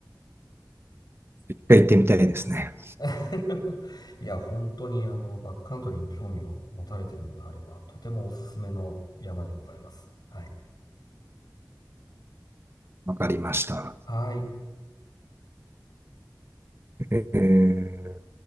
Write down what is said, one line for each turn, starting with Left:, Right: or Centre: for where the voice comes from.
Right: 一回行ってみたいですね。
Left: <laughs> いや、本当にあの、バックカントリーに興味を持たれているのであれば、とてもおすすめの山でございます。はい。
Right: わかりました。
Left: はい。
Right: えー